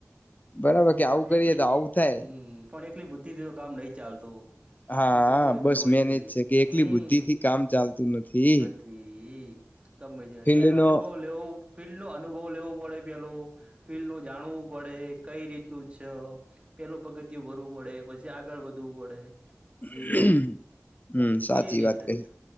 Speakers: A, on the left; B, on the right.
A: બરાબર કે
B: પણ
A: આવું કરીએ
B: એકલે
A: તો
B: હમ
A: આવું થાય
B: પણ એક એટલી બુ્િથી તો કામ નહી ચાલતું
A: હા
B: ઈતો કોઈ
A: બસ
B: ભી હોય
A: મેન
B: તો
A: એજ
B: એ
A: છે કે
B: હમ,
A: એકલી બુદ્ધિ થી કામ ચાલતું નથી
B: નથી. ગી જ
A: ફિલ્ડ
B: ત્યાંનો
A: નો
B: અનુભવ લેવો ફિલ્ડ નો અનુભવ લેવો પડે પેલો ફીડ નું જાણવું પડે, કઈ રીતનું છે, પેલું પગતિું ભરવું પડે, પછી આગળ વધવું પડે,
A: <unintelligible>
B: જે રીતનું હમ
A: સાચી
B: એ રીતે
A: વાત
B: જ
A: કહી